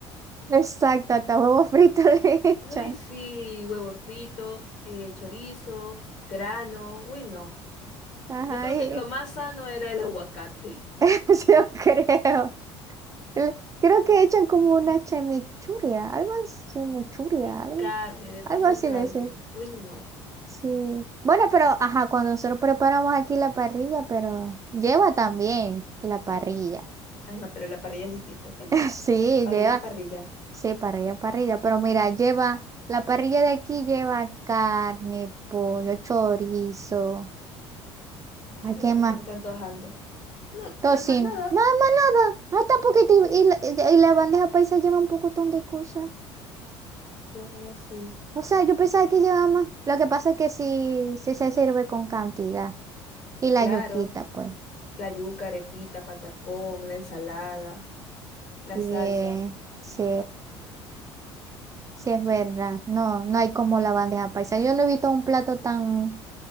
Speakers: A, on the right; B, on the left.
A: Exacto, hasta huevo frito <laughs> le echan.
B: Uy, sí, huevo frito, eh, chorizo, grano. Uy, no.
A: Ajá,
B: Yo creo
A: y-
B: que lo más sano era el <laughs> aguacate.
A: <laughs> yo creo. el- creo que echan como una chimichurria, algo así, chimichurria,
B: Y
A: algo,
B: carne, de paso
A: algo así
B: carne.
A: le dicen.
B: Uy, no.
A: Sí. Bueno, pero ajá, cuando nosotros preparamos aquí la parrilla, pero lleva también la parrilla.
B: Ah, no, pero la parrilla es distinta, ¿ok?
A: <laughs> Sí,
B: Parrilla
A: lleva,
B: es parrilla.
A: sí, parrilla, parrilla, pero mira, lleva, la parrilla de aquí lleva carne, pollo, chorizo,
B: Ay,
A: ay, ¿qué
B: ya
A: más?
B: se me están antojando. No,
A: Tocino,
B: ya más nada.
A: nada más nada, hasta poquito, y, y la y la bandeja paisa lleva un pocotón de cosas.
B: Dios mío, sí.
A: O sea, yo pensaba que llevaba más. Lo que pasa es que sí, sí se sirve con cantidad. Y la
B: Claro,
A: yuquita, pues.
B: la yuca, arepita, patacón, la ensalada, las
A: Y
B: salsas,
A: eh, sí, sí es verdad. No, no hay como la bandeja paisa. Yo no he visto un plato tan,